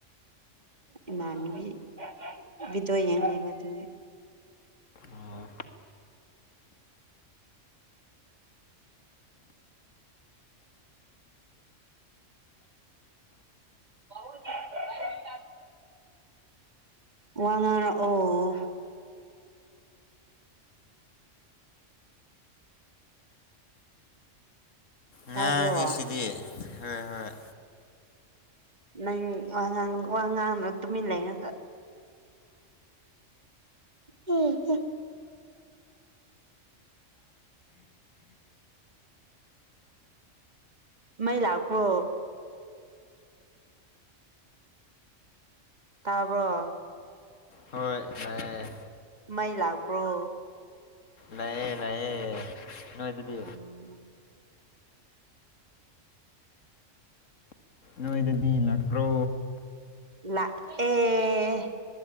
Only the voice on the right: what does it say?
ꯏꯃꯥꯟꯅꯕꯤ ꯕꯤꯗꯣꯏ ꯌꯦꯡꯅꯦꯕ ꯑꯗꯨꯅꯤ
ꯆ ꯋꯥ ꯉꯥꯡꯔ ꯑꯣ ꯇꯥꯔꯕ꯭ꯔꯣ
ꯑ
ꯅꯪ ꯋꯥꯉꯥꯡ ꯋꯥ ꯉꯥꯡꯅ ꯇꯨꯃꯤꯟꯅ ꯂꯩꯉꯒ ꯎꯝ ꯃꯩ ꯂ ꯀ ꯇꯥꯔꯕ
ꯃꯥꯏ ꯂꯥꯛꯄ꯭ꯔꯣ
ꯎꯝ
ꯂꯥꯛ ꯑꯦ